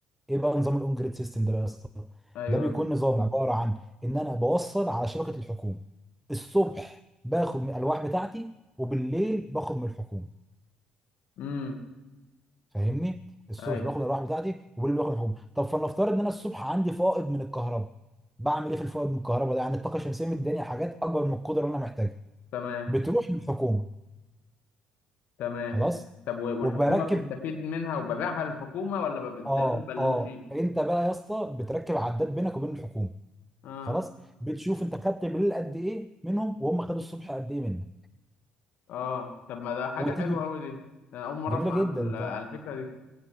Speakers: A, in the centre; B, on the left.
A: ايه بقى نظام الاون جريد سيستم ده بقى يا اسطى
B: ايوه
A: ده بيكون نظام عباره عن ان انا بوصل على شبكه الحكومه الصبح باخد من الالواح بتاعتي وبالليل باخد من الحكومه
B: امم
A: فاهمني الصبح
B: ايوه
A: باخد الالواح بتاعتي وبالليل باخد الحكومه طب فلنفترض ان انا الصبح عندي فائض من الكهرباء بعمل ايه في الفائض من الكهرباء ده يعني الطاقه الشمسيه مداني حاجات اكبر من القدره اللي انا محتاجها
B: تمام
A: بتروح للحكومه
B: تمام
A: خلاص
B: طب و- والحكومه
A: وبركب
B: بتستفيد منها وببيعها للحكومه ولا ببدلهم
A: اه
B: بلوشي
A: اه انت بقى يا اسطى بتركب عداد بينك وبين الحكومه
B: اه
A: خلاص بتشوف انت خدت بالليل قد ايه منهم وهم خدوا الصبح قد ايه منك
B: اه طب ما ده حاجه
A: وتيجي
B: حلوه قوي دي انا اول مره
A: جميله
B: اسمع
A: جدا
B: عن ال-
A: انت
B: عن الفكره دي